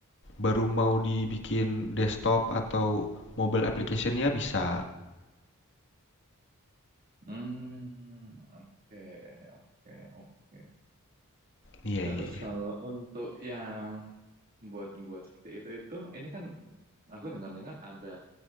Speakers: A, on the left (about 55°); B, on the right (about 40°).
A: baru mau dibikin desktop atau mobile application-nya bisa.
B: Hmm, Oke, oke, oke.
A: Iya,
B: Nah,
A: iya,
B: terus
A: iya.
B: kalau untuk yang buat-buat seperti itu itu, ini kan aku dengar-dengar ada